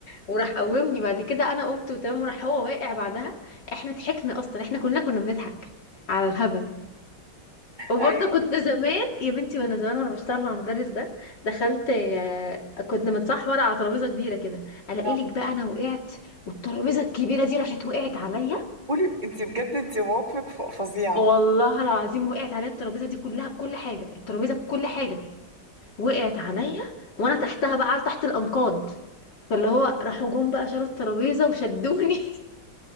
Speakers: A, on the left; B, on the right.
A: وراح قومني بعد كده انا قمت وتمام وراح هو واقع بعدها احنا ضحكنا اصلا احنا كلنا كنا بنضحك على الهبل وبرضه
B: ايوه
A: كنت زمان يا بنتي وانا زمان وانا بشتغل مع المدرس ده دخلت آه، كنت متصح ورقه على ترابيزه كبيره كده الاقي
B: آه.
A: لك بقى انا وقعت والترابيزه الكبيره دي راحت وقعت عليا
B: قولي انت بجد انت مواقفك ف- فظيعه
A: والله العظيم وقعت عليا الترابيزه دي كلها بكل حاجه الترابيزه بكل حاجه وقعت عليا وانا تحتها بقى تحت الانقاض فاللي هو راحوا جم بقى شالوا الترابيزه وشدوني <laughs>